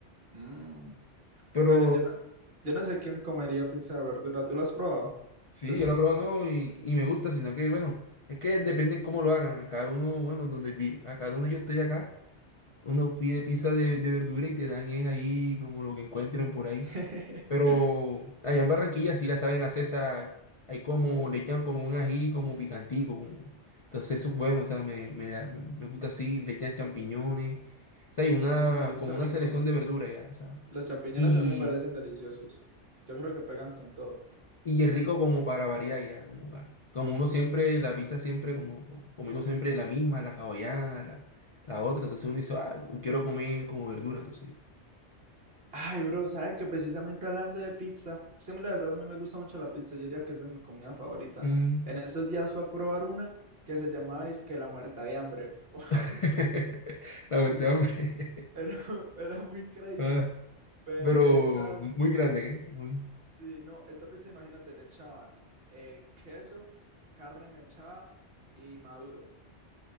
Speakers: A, on the right; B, on the left.
A: Mm.
B: Pero
A: Bueno, yo no, yo no sé quién comería pizza de verdura. ¿Tú la has probado?
B: sí,
A: Es-
B: yo la probado no, y, y me gusta, sino que bueno, es que depende cómo lo hagan. Acá uno, bueno, donde vi, acá donde yo estoy acá. Uno pide pizza de, de verdura y te dan es ahí como lo que encuentren por ahí.
A: <laughs>
B: Pero allá en Barranquilla sí la saben hacer esa, hay como, le echan como un ají como picantico, como, entonces eso es bueno, o sea, me, me da- me gusta así, le echan champiñones, o sea, hay una,
A: Mm, eso está
B: como
A: rico.
B: una selección de verdura ya, o sea,
A: Los champiñones
B: y,
A: a mí me parecen deliciosos. Yo creo que pegan con todo.
B: y es rico como para variar ya, como, ca- como uno siempre, la pizza siempre, como, co- comiendo siempre la misma, la hawaiana, la, la otra, entonces uno dice, ah, quiero comer como verdura, entonces.
A: Ay, bro, sabes que precisamente hablando de pizza, es que a mí la verdad a mí me gusta mucho la pizza, yo diría que esa es mi comida favorita.
B: Mm.
A: En estos días fui a probar una que se llamaba que la muerta de hambre <laughs> o algo
B: <laughs>
A: así.
B: La muerte de hambre.
A: Era,
B: <laughs>
A: era muy crazy,
B: Ah,
A: pero
B: Pero
A: esa,
B: muy grande, ¿qué? Muy...
A: sí, no, esta pizza imagínate, le echaban eh, queso, carne mechada y maduro,